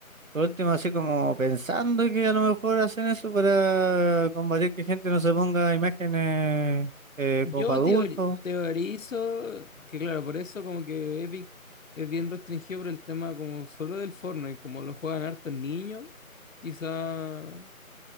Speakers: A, on the right; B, on the left.
A: Por último, así como pensando que a lo mejor hacen eso para combatir que gente no se ponga imágenes eh,
B: Yo
A: como para adultos.
B: teori- teorizo que, claro, por eso como que Epic es bien restringido por el tema como solo del Fortnite, como lo juegan hartos niños, quizá